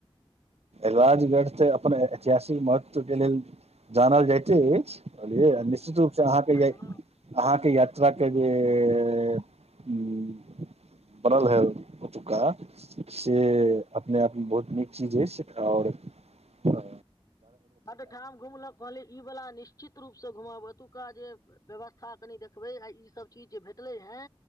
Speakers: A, on the right (about 80°); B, on the left (about 35°).
A: राजगढ़ तेऽ अपन ऐतिहासिक महत्व के लेल जानल जायइते अछि बुझलियै
B: हूँ
A: निश्चित
B: हूँ
A: रूप से अहाँके
B: वएह
A: इआई
B: ने
A: अहाँके यात्राके जेऽ हूँ पड़ल है ओतुका स से अपने आपमे बहुत नीक चीज अछि आओर अ
B: बड ठाम घुमलौ कहलिय ई वाला निश्चित रूपसँ घुमब ओतुका जे। व्यवस्था कनि देखबै आ ईसब चीज जे भेटलै हेँ।